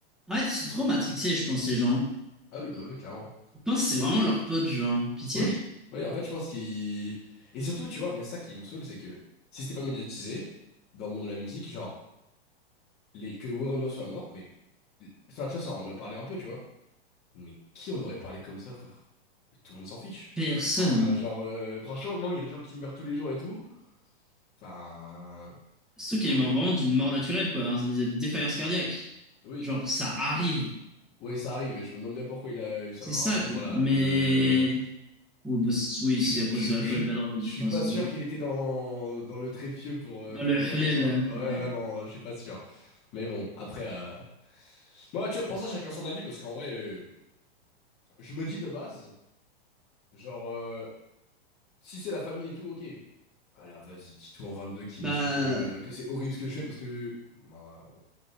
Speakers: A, in the centre; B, on the left (about 35°).
A: ouais fait, ils sont trop matrixés, je pense, les gens.
B: Ah oui, non, oui, clairement.
A: Je pense que c'est vraiment leur pote, genre. Pitié.
B: Oui, oui, en fait, je pense qu'il... Et surtout, tu vois, mais ça qui me saoule, c'est que si c'était pas médiatisé dans le monde de la musique, genre, les... que Werenoi soit mort, mais... Enfin, tu vois, ça, on en a parlé un peu, tu vois. Mais qui en aurait parlé comme ça, frère? Mais Tout le monde s'en fiche.
A: Personne.
B: Enfin, genre, euh, franchement, gros, il y a des gens qui meurent tous les jours et tout. Enfin,
A: Surtout
B: rien
A: qu'il est mort vraiment
B: à-
A: d'une mort naturelle, quoi. hein, de défaillance cardiaque.
B: Oui.
A: Genre, ça arrive.
B: Oui, ça arrive, et je me demande bien pourquoi il a eu ça.
A: C'est
B: Alors,
A: sad,
B: bon, voilà,
A: mais...
B: je...
A: Oui, bah, c'est- oui,
B: Je
A: c'est
B: suis,
A: à cause
B: je suis,
A: de l'alcool
B: je suis,
A: et de la drogue,
B: je
A: je
B: suis
A: pense.
B: pas sûr
A: ouais.
B: qu'il était dans, dans le trépied pour, euh,
A: Dans
B: pour
A: le
B: mourir
A: halal,
B: de ça. Ouais,
A: ouais.
B: vraiment, je suis pas sûr. Mais bon, après... euh, Moi, tu vois, pour ça, chacun son avis, parce qu'en vrai, euh, je me dis de base, genre... euh, Si c'est la famille et tout, ok. Voilà, vas-y, Titou en 22 qui
A: Bah,
B: me dit que, que c'est horrible ce que je fais parce que. Bah,